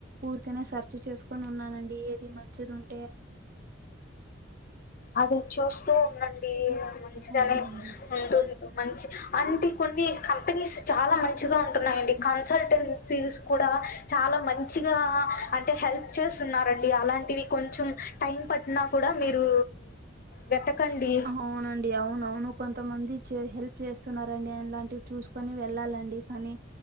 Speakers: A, on the right (about 55°); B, on the left (about 50°).
A: ఊరికనే సర్చ చేసుకొని ఉన్నానండి ఏది మంచిదో ఉ
B: అది చూస్తూ ఉంనండి మంచిగానే
A: అవునండి.
B: ఉంటు మంచి అంటి కొన్ని కంపెనీస్ చాలా మంచిగా ఉంటున్నాయండి కన్సల్టెన్సీస్ గూడా చాలా మంచి మంచిగా అంటే హెల్ప్ చేస్తున్నారండి అలాంటివి కొన్ చెం టైం పట్టినా కూడా మీరు వెతకండి
A: అవునండి అవునవును కొంతమంది చే హెల్ప్ చేస్తున్నారండి అలాంటివి చూసు కొని వెళ్ళాలండి కానీ